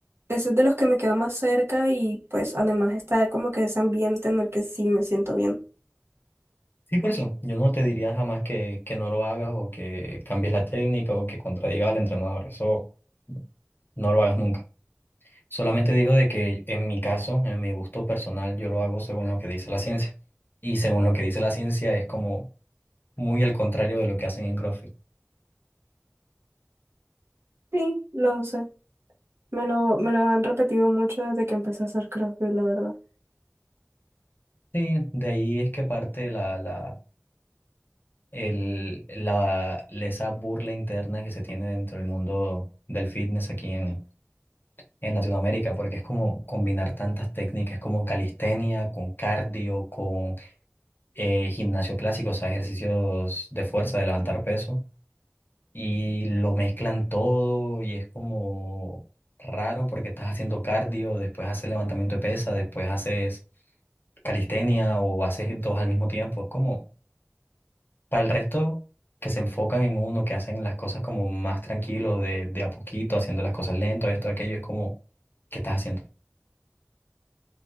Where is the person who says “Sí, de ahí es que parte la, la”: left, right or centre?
Left